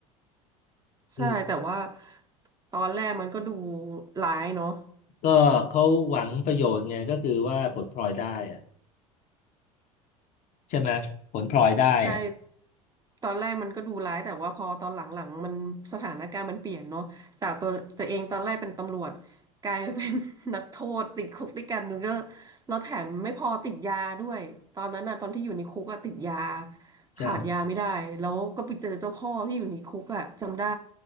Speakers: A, on the right; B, on the left.
A: ใช่แต่ว่า
B: อืม
A: ตอนแรกมันก็ดูร้ายเนาะ
B: ก็เขาหวังประโยชน์ไงก็คือว่าผลพลอยได้อ่ะใช่ไหมผลพลอยได้อ่ะ
A: ใช่ตอนแรกมันก็ดูร้ายแต่ว่าพอตอนหลังๆมันสถานการณ์มันเปลี่ยนเนาะจากตัวตัวเองตอนแรกเป็นตำรวจกลายมาเป็น <laughs> นักโทษติดคุกด้วยกันก็แล้วแถมไม่พอติดยาด้วยตอนนั้นน่ะตอนที่อยู่ในคุกอะติดยาขาดยาไม่ได้แล้วก็ไปเจอเจ้าพ่อที่อยู่ในคุกอะจำได้
B: ใช่